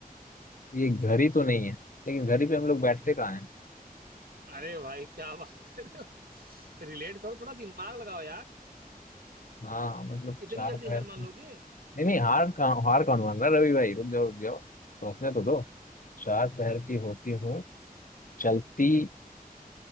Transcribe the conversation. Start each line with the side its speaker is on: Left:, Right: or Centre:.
Left: ये घर ही तो नहीं है लेकिन घर ही पे हम लोग बैठते कहाँ हैं
Right: अरे भाई क्या बात कर रहे हो <laughs> रिलेट करो थोड़ा दिमाग लगाओ यार
Left: हाँ मतलब
Right: इतनी
Left: चार
Right: जल्दी
Left: पैर
Right: हार
Left: की-
Right: मान लोगे
Left: नहीं नहीं हार कहाँ हार कौन मान रहा है, रवि भाई रुक जाओ रुक जाओ सोचने तो दो चार पैर की होती हुए चलती